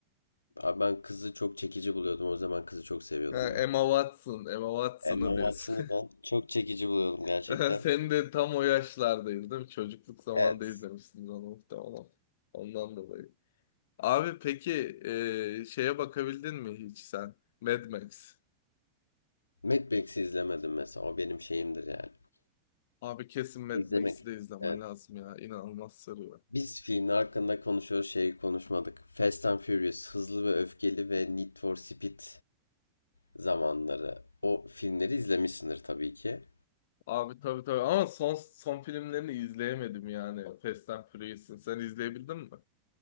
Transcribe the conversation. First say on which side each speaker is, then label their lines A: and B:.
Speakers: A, on the left; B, on the left.
A: Abi ben kızı çok çekici buluyordum. O zaman kızı çok seviyordum
B: Ha,
A: ya.
B: Emma Watson, Emma Watson'ı
A: Emma
B: diyorsun.
A: Watson'ı ben çok çekici buluyordum gerçekten.
B: <laughs> Sen de tam o yaşlardaydın değil mi? Çocukluk zamanında
A: Evet.
B: izlemişsin onu muhtemelen. Ondan dolayı. Abi peki e, şeye bakabildin mi hiç sen? Mad Max.
A: Mad Max'i izlemedim mesela. O benim şeyimdir yani.
B: Abi kesin Mad
A: İzlemek.
B: Max'i de izlemen
A: Evet.
B: lazım ya. İnanılmaz sarıyor.
A: Biz filmin hakkında konuşuyoruz, şeyi konuşmadık. Fast and Furious, Hızlı ve Öfkeli ve Need for Speed zamanları. O filmleri izlemişsindir tabii ki.
B: Abi tabii tabii ama son son filmlerini izleyemedim yani. Fast and Furious'ın. Sen izleyebildin mi?